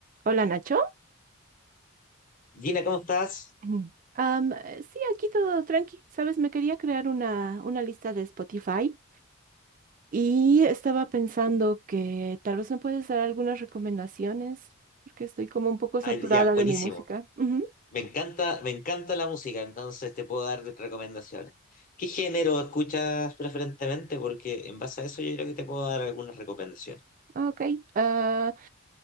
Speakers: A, on the right (about 35°); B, on the left (about 35°).
A: Hola Nacho.
B: Gina, ¿cómo estás?
A: Mm. Am, eh, sí, aquí todo tranqui. Sabes, me quería crear una, una lista de Spotify y estaba pensando que tal vez me puedes dar algunas recomendaciones porque estoy como un poco
B: Ay,
A: saturada
B: ya, buenísimo.
A: de mi música. Ujú.
B: Me encanta, me encanta la música, entonces te puedo dar recomendaciones. ¿Qué género escuchas preferentemente? Porque en base a eso yo creo que te puedo dar algunas recomendaciones.
A: Ah, Ok. Ah,